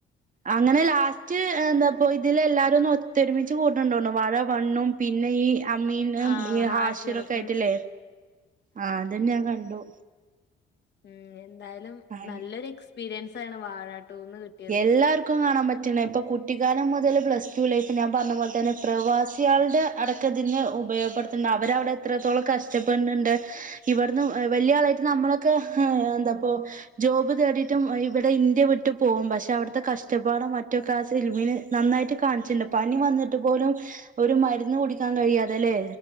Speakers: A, on the right; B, on the left.
A: അങ്ങനെ ലാസ്റ്റ് എന്താപോ ഇതിലല്ലാരൊന്ന് ഒത്തൊരുമിച്ച് കൂട്ണ് ണ്ടോന്ന്ണു വാഴ വണ്ണും പിന്നെ ഈ അമ്മീനും
B: ആഹ്
A: ഈ
B: ഹാഷിറും.
A: ഹാഷിറോക്കായിട്ട്ല്ലേ ആഹ് അത് ഞാൻ കണ്ടു.
B: ഉം എന്തായാലും
A: അങ്ങനെ
B: നല്ലൊരെക്സ്പീരിയൻസാണ് വാഴാ ട്ടൂന്ന് കി
A: എല്ലാർക്കും കാണാ പറ്റ്ണെ പ്പൊ കുട്ടിക്കാലം മുതല് പ്ലസ് ടു ലൈഫ് ഞാൻ പർഞ്ഞ പോൽ തെന്നെ പ്രവാസ് സ്യാൾടെ അടക്കതിന്ന് ഉപയോഗപ്പെട്ത്ത്ണ്ട് അവര വടെ എത്രത്തോളം കഷ്ട്ടപ്പെട്ണ് ണ്ട് ഇവട്ന്ന് എഹ് വെല്ല്യാളായിട്ട് നമ്മളൊക്കെ ഏഹ് എന്തപ്പോ ജോബ് തേടിട്ടും ഇവടെ ഇന്ത്യ വിട്ട് പോവും പക്ഷെ അവ്ട്ത്തെ കഷ്ടപ്പാടും മറ്റൊക്കെ ആസിൽമീന്ന് നന്നായിട്ട് കാൺച്ചിണ്ട് പനി വന്ന്ട്ട് പോലും ഒരു മര്ന്ന് കുടിക്കാൻ കഴിയാതെല്ലെ